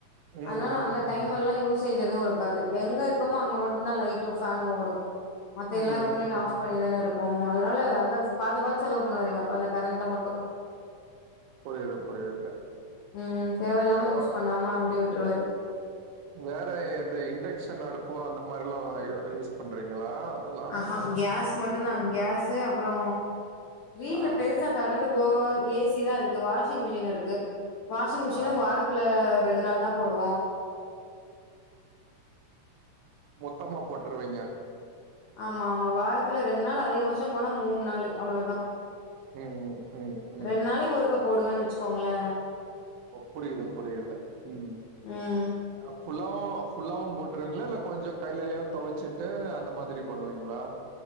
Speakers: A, on the right; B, on the left.
A: ம் ம்
B: அதனால அந்த
A: ம்
B: டைம் எல்லா யூசேஜ் எதுவுருக்காது எங்கருக் கமோ அங்க மட்டுந்தா லைட்டு ஃபேன்னு ஓடு மத்த எல்லா
A: ம்
B: ரூம்லையு
A: ம்
B: ஆஃப்
A: ம்
B: பண்ணிதானருக் கு அதனால வந்தா பாத்துபாத் செலவு பண்ணுவாரு எங்க அப்பா இந்த கரண்ட மட்டு
A: புரியுது புரியுது
B: ம் தேவ இல்லாம
A: பரவா
B: யூஸ் பண்ணாம அப்டி விட்ருவாரு
A: வேற இந்த இண்டக்ஷன் அடுப்பு அந்த மாரிலா யூஸ் பண்றீங்களா அதெல்லாம்
B: ஆஹா கேஸ் மட்டுந்தா கேஸ்சு அப்பறோ வீட்டுல
A: ஆ
B: பெருசா கரெண்ட்டு போ ஏ சி தா இருக்கு வாஷிங் மிஷின் இருக்கு வாஷிங் மிஷினு
A: ஆ
B: வாரத் ல ரெண் நாள் தா போடுவோ
A: மொத்தமா போட்ருவீங்க
B: ஆமா ஆமா வாரத்துல ரெண் நாள் அதிகபட்சம் போனா மூன் நாளு அவ்ளதா
A: ம், ம், ம்.
B: ரெண் நாளைக் ஒருக்க போடுவேன் வெச்சுக்கோங்ளே
A: ஒ புரியுது புரியுது ம்
B: ம்
A: அ ஃபுல்லாவு ஃபுல்லாவு போட்ருவீங்களா இல்ல கொஞ்சோ கையிலயு தொவச்சிட்டு அந்த மாதிரி பண்ணுவீங்களா